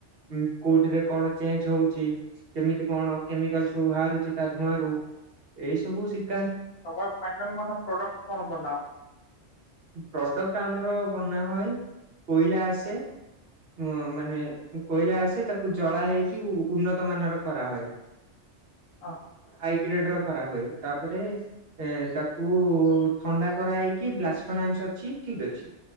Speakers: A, on the right; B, on the left.
A: ଉଁ କୋଉଠିରେ କଣ ଚେଞ୍ଜ ହଉଛି କେମିତି କଣ କେମିକାଲ ସବୁ ବାହାରୁଛି ତା ଧୂଆଁ ରୁ ଏଇ ସବୁ ଶିଖ
B: ତମ ଫାଇନାଲ ମନେ ପ୍ରଡକ୍ଟ କଣ ବନାଅ?
A: ପ୍ରଡକ୍ଟ ଆମର ବନା ହଏ କୋଇଲା ଆସେ। ଉ ମାନେ କୋଇଲା ଆସେ ତାକୁ ଜଳା ହେଇକି କିଉନ୍ନତ ମାନର କରା ହୁଏ
B: ଓହୋ
A: ହାଇଗ୍ରେଡ ର। କରା ହୁଏ ତାପରେ ଏ ତାକୁ ଥଣ୍ଡା କରା ହେଇକି ବ୍ଲାସଫନାସ ଅଛି। ଠିକ ଅଛି